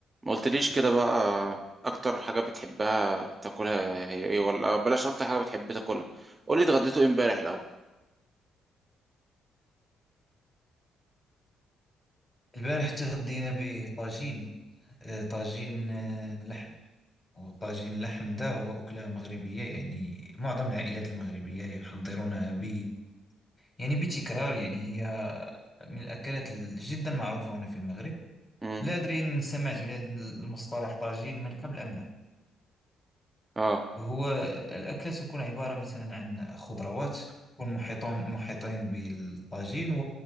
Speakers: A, on the right; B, on the left.
A: ما قلتليش كده بقى اكتر حاجة بتحبها تاكلها هي ايه ولا بلاش اكتر حاجة بتحب تاكلها قولي اتغديتوا ايه امبارح الاول
B: البارح تغدينا بطاجين آه، طاجين آه، لحم وطاجين اللحم ده هو أكلة مغربية يعني معظم العائلات المغربية يحضرونها ب يعني بتكرار يعني هي من الأكلات جدا معروفة هنا في المغرب
A: امم
B: لا أدري إن سمعت بهذا المصطلح طاجين من قبل أم لا
A: اه
B: هو الأكلة تكون عبارة مثلا عن خضروات يكون محيطون محيطين بالطاجين